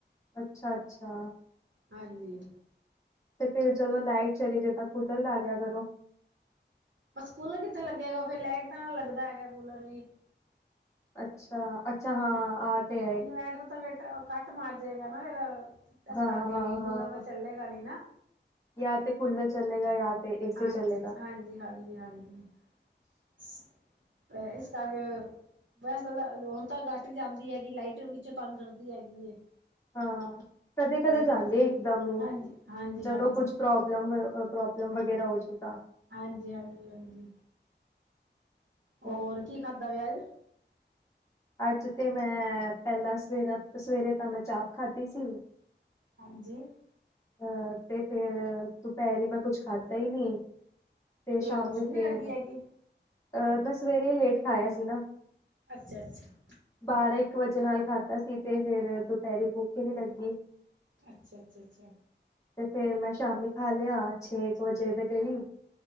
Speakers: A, on the left (about 15°); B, on the right (about 85°).
A: ਅੱਛਾ, ਅੱਛਾ।
B: ਹਾਂਜੀ।
A: ਤੇ ਫਿਰ ਜਦੋਂ ਲਾਈਟ ਚਲੀ ਜੇ, ਤਾਂ ਕੂਲਰ ਲਾ ਲਿਆ ਕਰੋ।
B: ਬਸ ਕੂਲਰ ਕਿੱਥੇ ਲੱਗੇਗਾ, ਫਿਰ ਲਾਈਟ ਤਾਂ ਨਾਲ ਲੱਗਦਾ ਹੈਗਾ ਕੂਲਰ ਵੀ।
A: ਅੱਛਾ, ਅੱਛਾ ਹਾਂ, ਆ ਤੇ ਹੈ ਈ ਏ।
B: ਬੈਟਰ ਤਾਂ ਬੇਟਾ ਕੱਟ ਮਾਰ ਜਾਏਗਾ ਨਾ ਫੇਰ, ਤੇ ਐਸ
A: ਹਾਂ,
B: ਕਰਕੇ
A: ਹਾਂ,
B: ਵੀ ਕੂਲਰ
A: ਹਾਂ
B: ਤਾਂ ਚੱਲੇਗਾ ਨੀ ਨਾ।
A: ਯਾ ਤੇ ਕੂਲਰ ਚਲੇਗਾ, ਯਾ ਤੇ ਏਸੀ
B: ਹਾਂਜ-ਹਾਂਜੀ,
A: ਚੱਲੇਗਾ।
B: ਹਾਂਜੀ, ਹਾਂਜੀ। ਸ ਇਸ ਕਰਕੇ ਬਸ ਵਲਾ ਹਲੇ ਹੁਣ ਤਾਂ ਘੱਟ ਜਾਂਦੀ ਹੈਗੀ, ਲਾਈਟ ਵਿੱਚ ਤੰਗ ਕਰਦੀ ਹੈਗੀ ਏ।
A: ਹਾਂ, ਕਦੇ-
B: ਹੂੰ,
A: ਕਦੇ ਜਾਂਦੀ ਇਕਦਮ,
B: ਹਾਂਜੀ, ਹਾਂਜੀ,
A: ਜਦੋਂ
B: ਹਾਂਜੀ,
A: ਕੁੱਝ ਪ੍ਰੋਬਲਮ ਪ੍ਰੋਬ ਮ ਵਗੈਰਾ ਹੋ ਜੋੂ ਤ
B: ਹਾਂਜੀ- ਹਾਂਜੀ- ਹਾਂਜੀ ਹੋਰ,
A: ਹਾਂ,
B: ਕੀ ਖਾਧਾ ਫਿਰ ਅੱਜ
A: ਅੱਜ ਤੇ ਮੈਂ, ਪਹਿਲਾਂ ਸਵੇਰ, ਸਵੇਰੇ ਤਾਂ ਮੈਂ ਚਾਪ ਖਾਧੀ ਸੀ
B: ਹਾਂਜੀ
A: ਅਹ, ਤੇ ਫੇਰ, ਦੁਪਹਿਰੀ ਮੈਂ ਕੁੱਛ ਖਾਧਾ ਹੀ ਨੀ ਤੇ
B: ਤੇਰਾ
A: ਸ਼ਾਮੀ
B: ਭੁੱਖ ਨੀ
A: ਫਿਰ,
B: ਲੱਗੀ ਹੈਗੀ?
A: ਅਹ ਮੈਂ ਸਵੇਰੇ ਹੀ ਲੇਟ ਖਾਇਆ ਸੀ ਨਾ
B: ਅੱਛਾ, ਅੱਛਾ।
A: ਬਾਰਾਂ ਇੱਕ ਵਜੇ ਨਾਲ ਖਾਧਾ ਸੀ ਤੇ ਫੇਰ, ਦੁਪਹਿਰੇ ਭੁੱਖ ਈ ਨੀ ਲੱਗੀ।
B: ਅੱਛਾ, ਅੱਛਾ, ਅੱਛਾ।
A: ਤੇ ਫੇਰ ਮੈਂ ਸ਼ਾਮੀ ਖਾ ਲਿਆ, ਛੇ ਵਜੇ
B: ਹਾਂ
A: ਦੇ ਕਰੀਬ।